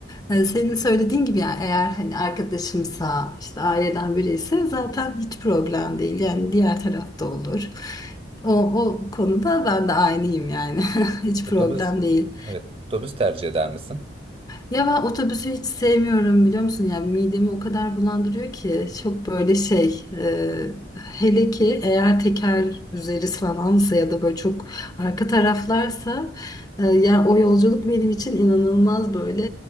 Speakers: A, on the left; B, on the right.
A: e, senin söylediğin gibi yani eğer hani arkadaşımsa işte aileden biri ise zaten hiç problem değil yani diğer tarafta olur o, o konuda ben de aynıyım yani <laughs> hiç
B: Otobüs
A: problem değil.
B: Evet, otobüs tercih eder misin?
A: Ya ben otobüsü hiç sevmiyorum biliyor musun? Ya midemi o kadar bulandırıyor ki çok böyle şey e, hele ki eğer teker üzeri falansa ya da böyle çok arka taraflarsa e, yani o yolculuk benim için inanılmaz böyle